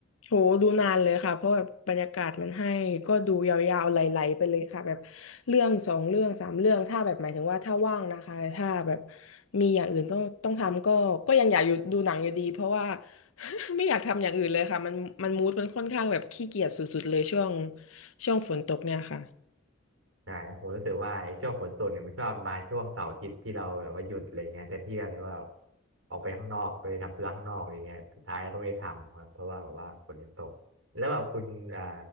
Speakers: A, on the left (about 75°); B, on the right (about 70°).
A: โหดูนานเลยค่ะเพราะแบบบรรยากาศมันให้ก็ดูยาวๆไหลๆไปเลยค่ะแบบเรื่องสองเรื่องสามเรื่องถ้าแบบหมายถึงว่าถ้าว่างนะคะถ้าแบบมีอย่างอื่นก็ต้องทำก็ก็ยังอยากอยู่ดูหนังอยู่ดีเพราะว่า <laughs> ไม่อยากทำอย่างอื่นเลยค่ะมันมันมูดมันค่อนข้างแบบขี้เกียจสุดๆเลยช่วงช่วงฝนตกเนี่ยค่ะ
B: ใช่ผมรู้สึกว่าไอ้ช่วงฝนตกเนี่ยมันชอบมาช่วงเสาร์อาทิตย์ที่เราแบบว่าหยุดอะไรเงี้ยแต่ที่เราเนี่ยว่าออกไปข้างนอกไปทำธุระข้างนอกอะไรเงี้ยสุดท้ายเราก็ไม่ได้ทำครับเพราะว่าแบบว่าฝนมันตกแล้วแบบคุณอ่า